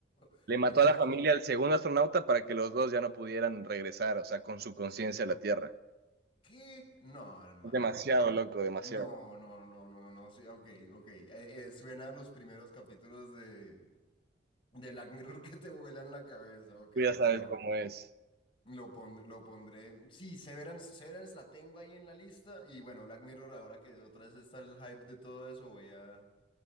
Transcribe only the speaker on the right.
le mató
a la familia al segundo astronauta para que los dos ya no pudieran regresar, o sea, con su conciencia a la Tierra.
Es demasiado loco, demasiado.
Tú ya sabes
cómo es.